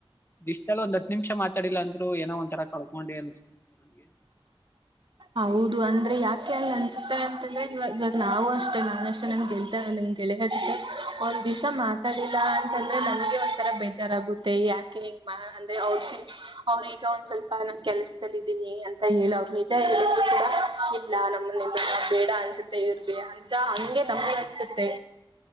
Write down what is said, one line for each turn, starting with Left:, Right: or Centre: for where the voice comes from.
Left: ಇಷ್ಟಲ್ಲ ಒಂದ ನಿಮಿಷ ಮಾತಾಡಿಲ್ಲ ಅಂದರು ಏನೋ ಒಂಥರ ಕಳ್ಕೊಂಡಿ ಅನ್ಸ ನನ್ಗೆ
Right: ಹೌದು ಅಂದ್ರೆ ಯಾಕೆ ಹಂಗ್ ಅನ್ಸುತ್ತೆ ಅಂತಂದ್ರೆ ಇವಾಗ ಇವಾಗ ನಾವು ಅಷ್ಟೆ ನಾ ಅಷ್ಟೇ ನನ್ ಗೆಲ್ತಂಗ್ ಗೆಳೆಯಜಕ್ಕೆ ಅವ್ರ ದಿವಸ ಮಾತಾಡಿಲ್ಲಾ ಅಂತಂದ್ರೆ ನನ್ಗೆ ಒಂದಥರ ಬೇಜಾರ್ಗುತ್ತೆ ಯಾಕೆ ಹೆಂಗ ಮಾ ಅಂದ್ರೆ ಅವ್ರ ಅವ್ರ ಈಗ ಒಂದ್ ಸ್ವಲ್ಪ ನಮ ಕೆಲ್ಸದದಲ್ಲಿ ಇದೀಿನಿ ಅಂತ ಹೇಳ ಅವರು ಅಜ್ಜ ಎಲ್ಲಗೂ ಕೂಡ ಇಲ್ಲ ನಮ್ಮನೆಲ್ಲ ನಾವು ಬೇಡ ಅನ್ಸುತ್ತೆ ಇವ್ರಿಗೆ ಅಜ್ಜ ಹಂಗೆ ನಮ್ಗೆ ಅನ್ಸುತ್ತೆ